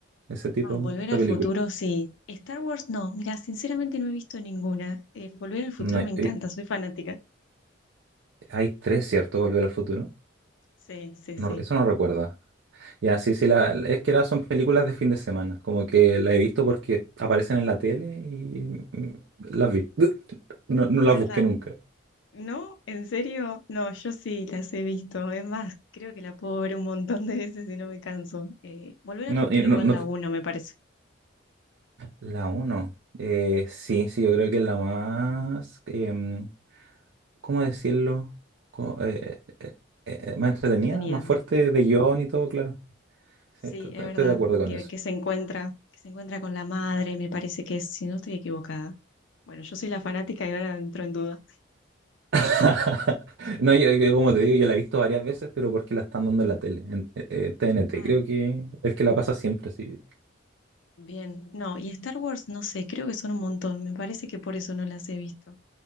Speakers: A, on the right; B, on the left.
A: ese tipo
B: Ah, Volver
A: de
B: al
A: películas
B: futuro, sí. Star Wars, no. Mira, sinceramente no he visto ninguna. Eh, Volver al futuro
A: No hay,
B: me encanta,
A: eh,
B: soy fanática.
A: hay tres, ¿cierto? Volver al Futuro.
B: Sí, sí,
A: No,
B: sí.
A: eso no recuerda. Ya, sí, sí, la, es que la- son películas de fin de semana. Como que la he visto porque aparecen en la tele y mm, las vi. <laughs> No, no
B: Es
A: las
B: verdad.
A: busqué nunca.
B: ¿No? ¿En serio? No, yo sí las he visto. Es más, creo que la puedo ver un montón de veces y no me canso. Eh, Volver
A: No,
B: al futuro
A: y no-
B: igual
A: no
B: la
A: te-
B: uno, me parece.
A: La 1. sí, sí, yo creo que es la más. em, ¿cómo decirlo? Co- eh, eh, eh, más entretenida,
B: Entretenida.
A: más fuerte de guión y todo, claro. Sí,
B: Sí,
A: t- t-
B: es verdad,
A: estoy de acuerdo con
B: que,
A: eso.
B: que se encuentra, que se encuentra con la madre, me parece que es, si no estoy equivocada. Bueno, yo soy la fanática y ahora entro en duda.
A: <laughs> No, yo, yo como te digo, yo la he visto varias veces, pero porque la están dando en la tele, en, eh, eh, TNT.
B: Ah,
A: Creo que es que la pasa siempre, sí.
B: bien. No, y Star Wars, no sé, creo que son un montón. Me parece que por eso no las he visto.